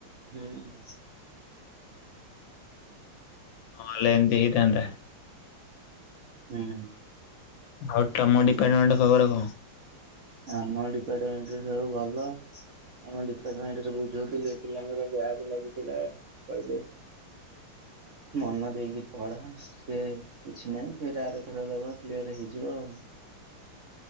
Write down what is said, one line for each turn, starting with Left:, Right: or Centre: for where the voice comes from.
Right: ହୁଁ
Left: ନହେଲେ ଏମିତି ହେଇଥାନ୍ତା।
Right: ହୁଁ
Left: ଆଉ ତମ ଡିପାର୍ଟମେଣ୍ଟ ଖବର କଣ?
Right: ଆମ ଡିପାର୍ଟମେଣ୍ଟରେ ସବୁ ଭଲ। ଆମ ଡିପାର୍ଟମେଣ୍ଟରେ ଯୁଥିଲେ ପିଲାଙ୍କର ବ୍ୟାକ୍ ଲାଗିଥିଲା କହିଲେ
Left: <inaudible>
Right: ମନ ଦେଇକି ପଢ ସେ କିଛି ନାଇଁ ଫେରେ ଆର ଥର ଦବ କ୍ଲିୟର ହେଇଯିବ ଆଉ